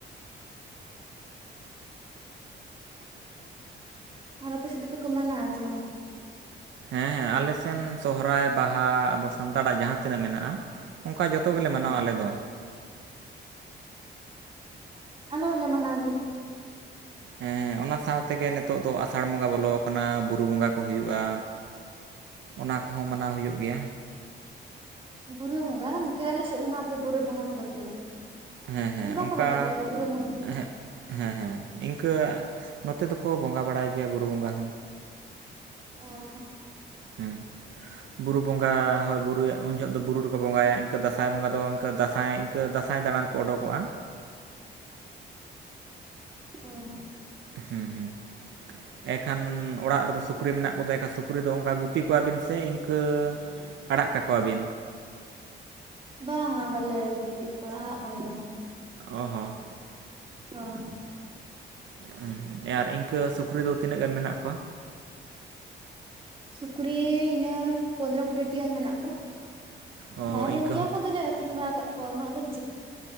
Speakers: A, on the right; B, on the right.
A: ᱟᱨ ᱟᱯᱮ ᱥᱮᱫ ᱫᱚᱠᱚ ᱢᱟᱱᱟᱣ ᱟᱥᱮ ᱵᱟᱝᱟ?
B: ᱦᱮᱸ ᱟᱞᱮ ᱥᱮᱱ ᱥᱚᱦᱚᱨᱟᱭ ᱵᱟᱦᱟ ᱟᱵᱚ ᱥᱟᱱᱛᱟᱲᱟᱜ ᱡᱟᱦᱟᱸ ᱛᱤᱱᱟᱹᱜ ᱢᱮᱱᱟᱜᱼᱟᱼᱼ ᱚᱱᱠᱟ ᱡᱚᱛᱚ ᱜᱮᱞᱮ ᱢᱟᱱᱟᱣᱟ
A: ᱦᱳᱭ
B: ᱟᱞᱮ ᱫᱚ᱾
A: ᱟᱞᱮ ᱦᱚᱞᱮ ᱢᱟᱱᱟᱣ ᱜᱮᱭᱟ᱾
B: ᱦᱮᱸ ᱚᱱᱟ ᱥᱟᱶᱛᱮ ᱜᱮ ᱱᱤᱛᱚᱜ ᱫᱚ ᱟᱥᱟᱲ ᱵᱚᱸᱜᱟ ᱵᱚᱞᱚ ᱟᱠᱟᱱᱟ ᱵᱩᱨᱩ ᱵᱚᱸᱜᱟᱼᱼ ᱠᱚ ᱦᱩᱭᱩᱜᱼᱟ, ᱚᱱᱟ ᱠᱚᱦᱚᱸ ᱢᱟᱱᱟᱣ ᱦᱩᱭᱩᱜ ᱜᱮᱭᱟ᱾
A: ᱵᱩᱨᱩ ᱵᱚᱸᱜᱟ, ᱱᱚᱛᱮ ᱟᱞᱮ ᱥᱮᱫ ᱢᱟ ᱟᱯᱮ ᱵᱩᱨᱩ ᱵᱚᱸᱜᱟ ᱢᱟ ᱵᱟᱹᱪᱩᱜ ᱟᱹᱱᱤᱡ᱾
B: ᱦᱮᱸ ᱦᱮᱸ
A: ᱢᱟᱱᱮ ᱵᱟᱠᱚ
B: ᱚᱱᱠᱟ
A: ᱵᱚᱸᱜᱟ ᱵᱟᱲᱟᱭᱟ ᱵᱩᱨᱩ ᱵᱚᱸᱜᱟ ᱠᱚᱫᱚ
B: ᱦᱮᱸ ᱦᱮᱸ ᱦᱮᱸ ᱤᱱᱠᱟᱹ ᱱᱚᱛᱮ ᱫᱚᱠᱚ ᱵᱚᱸᱜᱟ ᱵᱟᱲᱟᱭ ᱜᱮᱭᱟ ᱵᱩᱨᱩ ᱵᱚᱸᱜᱟ ᱦᱚᱸ᱾
A: ᱚᱦᱚ
B: ᱦᱚᱸ ᱾ ᱵᱩᱨᱩ ᱵᱚᱸᱜᱟ ᱦᱚᱭ ᱵᱩᱨᱩᱭᱮᱫ ᱩᱱᱡᱷᱚᱜ ᱫᱚ, ᱵᱩᱨᱩ ᱨᱮᱠᱚ ᱵᱚᱸᱜᱟᱭᱟ ᱾ ᱤᱱᱠᱟᱹ ᱫᱟᱸᱥᱟᱭ ᱵᱚᱝᱜᱟ ᱫᱚ ᱤᱱᱠᱟᱹ ᱫᱟᱸᱥᱟᱭᱼᱼ ᱤᱱᱠᱟᱹ ᱫᱟᱥᱟᱸᱭ ᱫᱟᱬᱟᱱ ᱠᱚ ᱚᱰᱚᱠᱚᱜᱼᱟ᱾
A: ᱚ ᱦᱚ ᱾
B: ᱦᱮᱸ ᱦᱮᱸ᱾ ᱮᱱᱠᱷᱟᱱ ᱚᱲᱟᱜ ᱨᱮᱫᱚ ᱥᱩᱠᱨᱤ ᱢᱮᱱᱟᱜ ᱠᱚᱫᱚ ᱮᱱᱠᱷᱟᱱ ᱥᱩᱠᱨᱤ ᱫᱚ ᱚᱱᱠᱟ ᱜᱩᱯᱤ ᱠᱚᱣᱟᱵᱤᱱ ᱥᱮ ᱤᱱᱠᱟᱹ ᱼᱼ ᱟᱲᱟᱜ ᱠᱟᱠᱚᱣᱟᱵᱤᱱ᱾
A: ᱵᱟᱝ ᱟ ᱵᱟᱞᱮ ᱜᱩᱯᱤᱭᱮᱫ ᱠᱚᱣᱟ ᱟᱲᱟᱜ ᱠᱟᱠᱚ ᱠᱟᱱᱟᱞᱮ ᱾
B: ᱚ ᱦᱚ ᱾
A: ᱚᱦᱚ
B: ᱦᱚᱸᱜ-ᱚ ᱟᱨ ᱤᱱᱠᱟᱹ ᱥᱩᱠᱨᱤ ᱫᱚ ᱛᱤᱱᱟᱹᱜ ᱜᱟᱱ ᱢᱮᱱᱟᱜ ᱠᱚᱣᱟ?
A: ᱥᱩᱠᱨᱤ ᱤᱱᱟᱹ ᱯᱚᱸᱫᱽᱨᱚ ᱠᱩᱰᱤᱭᱮ ᱴᱤ ᱜᱟᱱ ᱢᱮᱱᱟᱜ ᱠᱚᱣᱟ᱾
B: ᱚ
A: ᱛᱟᱦᱮᱸᱞᱮᱱ
B: ᱤᱱᱠᱟᱹ
A: ᱜᱮᱭᱟ
B: ᱦᱚᱯᱚᱱ
A: ᱠᱚ ᱟᱫᱚᱞᱮ ᱟᱠᱷᱨᱤᱧ ᱵᱟᱲᱟ ᱟᱠᱟᱫ ᱠᱚᱣᱟ ᱩᱱᱟᱹᱜ ᱫᱚ ᱾